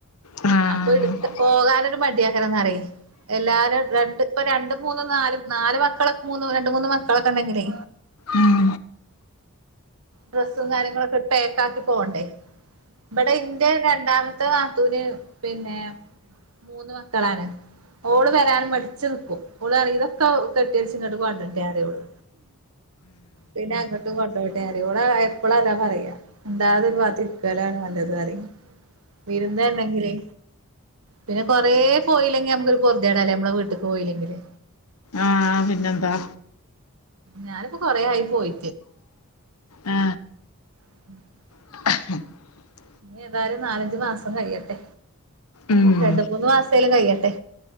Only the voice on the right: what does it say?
അപ്പൊ ഇട്ക്ക ക്കാനൊര് മടി ആക്കാരംന്ന് പറെയ് എല്ലാരും രണ്ട് ഇപ്പ രണ്ട് മൂന്നും നാലും നാല് മക്കള് മൂന്ന് രണ്ട്മൂന്ന് മക്കളൊക്കെ ഉണ്ടെങ്കിലേ
ഡ്രസ്സും കാര്യങ്ങളക്ട് പേക്കക്കി പോണ്ടേ ഇവിടെ ഇന്റെ രണ്ടാമ ന്റ കാത്തൂന് പിന്നെ മൂന്ന് മക്കളാണ് ഓള് വരൻ മടിച്ചു നിക്കും ഓള് <unintelligible> ഇതൊക്കെ കെട്ടരിച്ച് ഇങ്ങോട്ട് കൊണ്ടരണ്ടെറയുള് പിന്നെങ്ങോട്ടും കൊണ്ടപോട്ടെ <unintelligible> ഓള് എപ്പള് അതാ പറയാ എന്താതൊരി <unintelligible> വിരുന്നണ്ടെങ്കില് പിന്നെ കൊറേ പോയില്ലെങ്കി മ്മക്കൊരു പൊ തണല്ലേ നമ്മള വീട്ടക്ക് പോയില്ലെങ്കില്
ഞാനിപ്പോ കൊറെ ആയി പോയി
<inaudible>
ഇനി ഏതായാലും നാലഞ്ചു മാസം കഴിയട്ടെ
അതെ അതെ മൂന്ന് മാസേലും കഴിയട്ടെ